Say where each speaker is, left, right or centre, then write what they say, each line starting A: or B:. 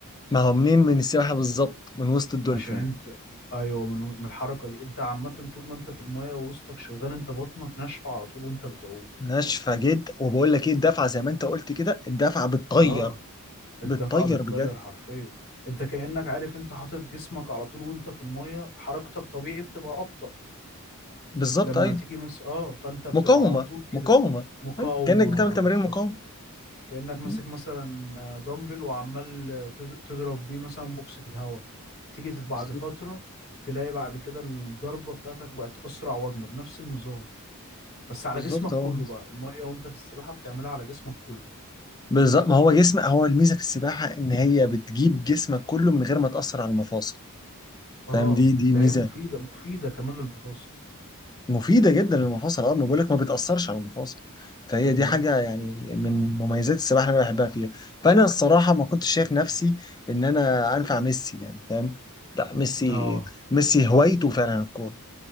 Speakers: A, on the left; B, on the left.
A: ما هو منين من السباحه بالظبط من وسط الدولفين
B: عشان انت ايوه من من الحركة دي انت عامة طول ما انت في المية ووسطك شغال انت بطنك ناشفة على طول وانت بتعوم
A: ناشفه جدا وبقول لك ايه الدفعه زي ما انت قلت كده الدفعه بتطير
B: اه الدفعة
A: بتطير
B: بتطير
A: بجد
B: حرفيا انت كأنك عارف انت حاطط جسمك على طول وانت في المية حركتك طبيعي بتبقى أبطأ
A: بالظبط
B: لما
A: ايوه
B: تيجي مس اه فانت بتبقى
A: مقاومه
B: على طول كده
A: مقاومه
B: مقاومة
A: ايوه كانك بتعمل تمارين
B: بالظبط
A: مقاومه
B: كأنك ماسك
A: مم.
B: مثلا آه، دمبل وعمال آه، تد- تضرب بيه مثلا بوكس في الهواء تيجي تت- بعد
A: بالظبط
B: فترة تلاقي بعد كده الضربة بتاعتك بقت أسرع وأجمد نفس النظام بس على
A: بالظبط
B: جسمك
A: اهو
B: كله بقى المية وانت في السباحة بتعملها على جسمك كله
A: بالظبط ما هو جسم هو الميزه في السباحه ان هي بتجيب جسمك كله من غير ما تاثر على المفاصل
B: اه
A: فاهم دي دي
B: ده
A: ميزه
B: هي مفيدة مفيدة كمان للمفاصل
A: مفيدة جدا للمفاصل اه ما بقولك ما بتأثرش على المفاصل فهي دي
B: اه
A: حاجة يعني من مميزات السباحة اللي أنا بحبها فيها فأنا الصراحة ما كنتش شايف نفسي إن أنا أنفع ميسي يعني فاهم لا ميسي
B: اه
A: ميسي هوايته فعلا الكورة